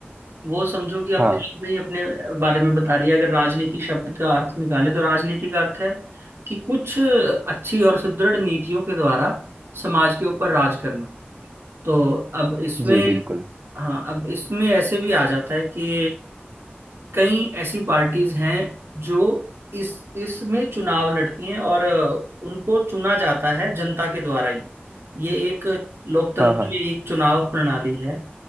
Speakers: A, on the right; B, on the right.
A: वो समझो कि अपने
B: हाँ
A: आप में ही अपने बारे में बता रही है अगर राजनीति शब्द का अर्थ निकाले तो राजनीति का अर्थ है कि कुछ अच्छी और सुदृढ़ नीतियों के द्वारा समाज के ऊपर राज करना तो अब इसमें
B: जी बिल्कुल
A: हाँ अब इसमें ऐसे भी आ जाता है कि कई ऐसी पार्टीज हैं जो इस इसमें चुनाव लड़ती हैं और उनको चुना जाता है जनता के द्वारा ही ये एक लोकतंत्र
B: हाँ हाँ
A: में एक चुनाव प्रणाली है